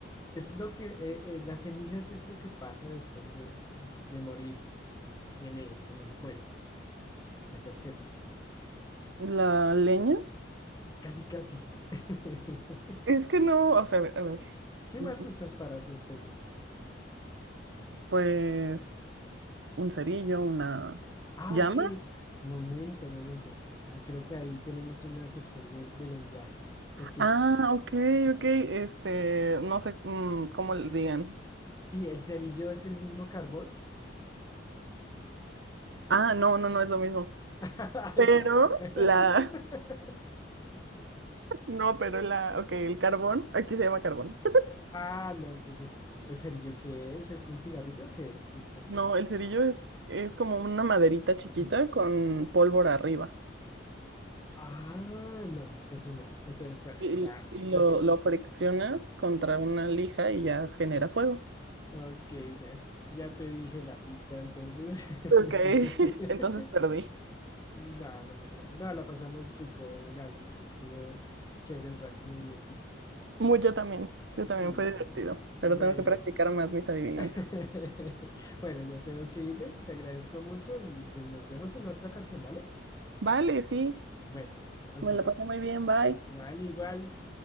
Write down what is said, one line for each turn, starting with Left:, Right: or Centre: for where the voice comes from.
Left: es lo que, eh, eh, las cenizas es lo que pasa después de, de morir en el, en el fuego, este objeto.
Right: La leña.
Left: Casi, casi. <laughs>
Right: Es que no, o sea, a ver, a ver.
Left: ¿Qué
Right: Mm,
Left: más usas para hacer fuego?
Right: Pues un cerillo, una
Left: Ah,
Right: llama.
Left: ok, momento, momento. Ah, creo que ahí tenemos una cuestión de, de lenguaje, porque
Right: Ah,
Left: es-
Right: ok, ok. Este, no sé mm, cómo le digan.
Left: sí, el cerillo es el mismo carbón
Right: Ah, no, no, no es lo mismo.
Left: <laughs>
Right: Pero
Left: Ya. <laughs>
Right: la, <laughs> no, pero la, ok, el carbón, aquí se llama carbón.
Left: Ah, no, entonces, ¿el cerillo qué es? ¿Es un cigarrillo? ¿Qué es el cerillo?
Right: No, el cerillo es, es como una maderita chiquita
Left: <clears throat>
Right: con pólvora arriba.
Left: Ah, no, entonces no. Entonces, bueno,
Right: Y,
Left: ya
Right: y
Left: creo
Right: lo,
Left: que.
Right: lo friccionas contra una lija y ya genera fuego.
Left: Ok, bueno, ya te dije la pista, entonces. <laughs>
Right: Ok, <laughs> entonces perdí.
Left: No, no, no, no, la pasamos rico, Gaby. Estuvo chévere el rato, me divertí.
Right: Muy, yo también, yo también
Left: Sí,
Right: fue divertido, pero
Left: bueno,
Right: tengo que practicar más mis adivinanzas.
Left: <laughs> Bueno, ya tengo que irme, te agradezco mucho y pues nos vemos en otra ocasión, ¿vale?
Right: Vale, sí,
Left: Bueno, ok,
Right: me la pasé muy bien, bye,
Left: igual, igual,